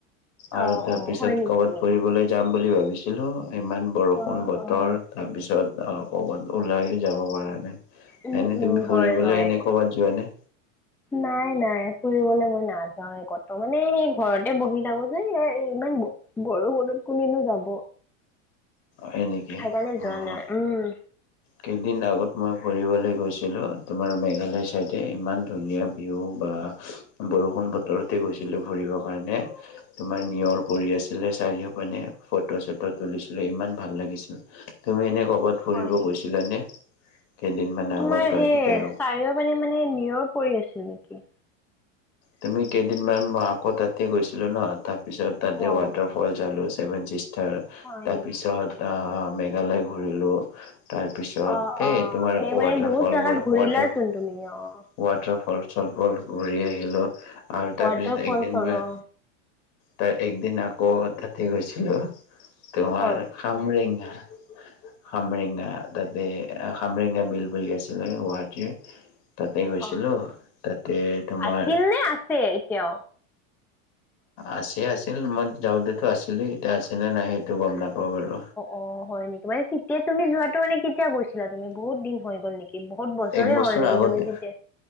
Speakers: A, on the left (about 50°); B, in the centre.
A: আৰু
B: অ',
A: তাৰপিছত
B: অ', হয় নেকি?
A: কবাত ফুৰিবলৈ- যাম বুলি ভাবিছিলোঁ, ইমান বৰষুণ
B: অ',
A: বতৰ
B: অ',
A: তাৰপিছত আ- ক'বাত ওলাইও যাব পৰা নাই,
B: উম,
A: এনেই
B: উম,
A: তুমি ফুৰিবলে
B: হয়, হয়।
A: এনেই ক'বাত যোৱানে?
B: নাই নাই ফুৰিবলৈ মই নাযাওঁৱে কতো, মানে সেই ঘৰতে বহি থাকো যে, ইমান- বৰষুণত কোনেনো যাব।
A: হয় নেকি?
B: সেইকাৰণে
A: অঁ
B: যোৱা নাই
A: অ।
B: উম
A: কেইদিন আগত মই ফুৰিবলৈ গৈছিলো, তোমাৰ মেঘালয় চাইদে ইমান ধুনীয়া- ভিও বা বৰষুণ বতৰতে গৈছিলো ফুৰিবৰ কাৰণে। তোমাৰ নিয়ৰ পৰি আছিলে চাৰিওপিনে ফটো চটো তুলিছ- ছিলো ইমান ভাল লাগিছিল। তুমি এনেই ক'ৰবাত ফুৰিব
B: হয় নেকি
A: গৈছিলানে কেইদিনমান? আগত
B: তোমাৰ
A: বা
B: সেই
A: কেতিয়া
B: চাৰিও পিনে মানে নিয়ৰ পৰি আছিল নেকি?
A: তুমি কেইদিনমান মই আকৌ তাতে গৈছিলোঁ ন, তাৰপিছত তাতে
B: অ
A: ৱাটাৰ- ফল ছালোঁ, ছেভেন চিষ্টাৰ,
B: হয়
A: তাৰপিছত
B: নেকি
A: আ মেঘালয় ঘূৰিলোঁ। তাৰপিছত
B: অ অ
A: এই তোমাৰ
B: সেই মানে
A: ৱাটাৰফলবোৰ
B: বহুত জাগাত ঘূৰিলাচোন
A: ৱাটাৰ-
B: তুমি অঁ'-
A: ৱাটাৰ ফল চল বোৰ ঘূৰি আহিলো আৰু
B: ৱাটাৰ
A: তাৰপিছত
B: ফলছৰ
A: একদিন মই-
B: অ
A: ত একদিন আকৌ তাতে গৈছিলো, তোমাৰ-
B: ক'ত
A: খামৰেঙা। খামৰেঙা তাতে খামৰেঙা বিল বুলি আছিলে গুৱাহাটীৰ। তাতে গৈছিলো
B: অঁ'
A: তাতে তোমাৰ
B: আছিল নে আছে এতিয়াও?
A: আছে আছিল, মই যাওঁতেতো আছিলেই এতিয়া আছেনে নাই সেইটো গম নাপাওঁ বাৰু।
B: অঁ' হয় নেকি মানে তেতিয়া তুমি যোৱাটো মানে কেতিয়া গৈছিলা তুমি বহুত দিন হৈ গ'ল নেকি? কি বহুত বছৰে
A: এক বছৰ
B: হ'ল নেকি
A: আগতে
B: তুমি তেতিয়া